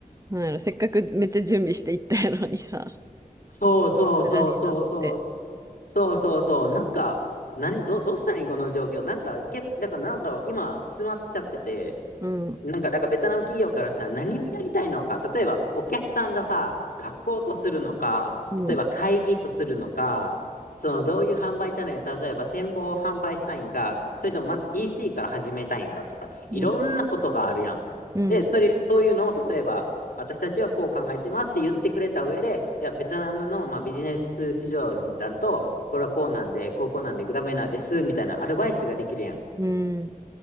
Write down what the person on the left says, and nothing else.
そうそうそうそうそう。
そうそうそう。なんか、何、ど、どうしたらいいんこの状況。なんか、げ、だからなんだろう、今、詰まっちゃってて、
なんか、だからベトナム企業からさ、何をやりたいのか、例えばお客さんがさ、学校とするのか、
例えば会議とするのか、そのどういう販売チャンネル、例えば展望を販売したいんか、それともまず EC から始めたいんかとか、いろんなことがあるやん。
で、それ、そういうのを例えば、私たちはこう考えてますって言ってくれた上で、いや、ベトナムの、まあ、ビジネス市場になると、これはこうなんで、こうこうなんで、ダメなんですみたいなアドバイスができるやん。